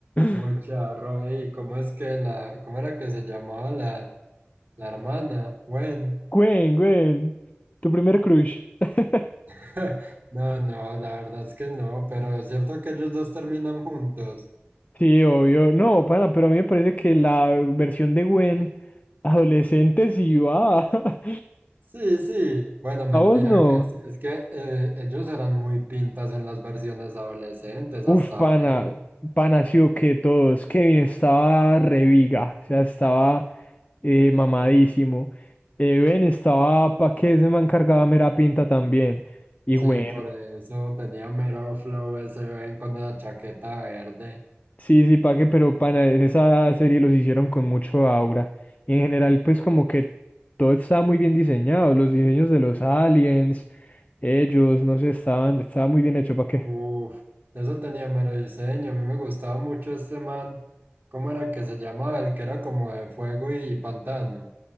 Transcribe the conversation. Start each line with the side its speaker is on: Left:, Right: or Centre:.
Right: Muy
Left: <laughs>
Right: charro, ey, ¿cómo es que la, cómo era que se llamaba la, la hermana? Gwen.
Left: Gwen, Gwen, tu primer crush. <laughs>
Right: <laughs> No, no, la verdad es que no, pero es cierto que ellos dos terminan juntos.
Left: Sí, obvio. No, pana, pero a mí me parece que la versión de Gwen adolescente sí va. <laughs>
Right: Sí, sí. Bueno, mentira
Left: A vos no.
Right: que sí. Es que eh, ellos eran muy pintas en las versiones adolescentes,
Left: Uf,
Right: hasta
Left: pana,
Right: hoy.
Left: pana, sí o que todos. Kevin estaba reviga, o sea, estaba eh, mamadísimo. Eh, Ben estaba pa' que se me encargaba mera pinta también. Y
Right: Sí,
Left: Gwen,
Right: por eso tenía mero flow ese Ben con la chaqueta verde.
Left: sí, sí, pa' que, pero pana, en esa serie los hicieron con mucho aura. Y en general, pues como que todo estaba muy bien diseñado, los diseños de los aliens. Ellos, no sé, estaban, estaba muy bien hecho, ¿para qué?
Right: Uf, eso tenía mero diseño. A mí me gustaba mucho este man. ¿Cómo era que se llamaba? El que era como de fuego y pantano.